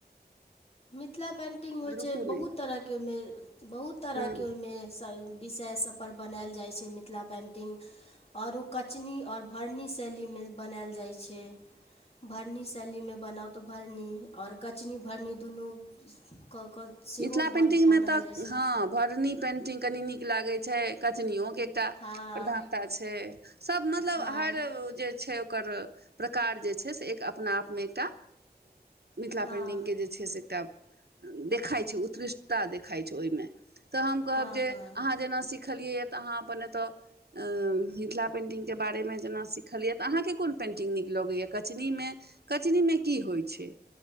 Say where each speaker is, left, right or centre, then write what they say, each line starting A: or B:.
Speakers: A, on the left; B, on the right.
A: मिथिला पेन्टिंग होइ
B: रुकू
A: छै बहुत
B: नहि
A: तरहके ओहिमे बहुत तरहके
B: हँ
A: ओहिमे सब विषय सभपर बनायल जाई छै मिथिला पेन्टिंग ओर ओ कचनी आओर भरनी शैलीमे बनायल जाइ छै भरनी सैली में बनाउ त भरनी और कचनी भरनी दुनू कऽ कऽ सेहो
B: मिथिला
A: भर
B: पेन्टिंग
A: बनल
B: में तऽ
A: जाइ छै
B: हँ भरनी पेन्टिंग कनि नीक लागैत छै कचनियोके प्रधानता
A: हँ
B: छै सब मतलब
A: हँ
B: हर जे छै कर प्रकार जे छइ से एक अपअपना आप में एकटा मिथिला
A: हँ
B: पेंटिंग के स छै से एकटा देखाइ छै उत्कृष्टता देखाइ छै ओहिमे तऽ हम कहब
A: हँ
B: जे
A: हँ हँ
B: अहाँ जेना सिखलियैए तऽ अहाँ अपन एतय मिथिला पेन्टिङंगके बारेमें जेना सिखलियए तऽ अहाँकेँ कोन पेन्टिङंग नीक लगैए कचनीमे कचनी में की होइ छै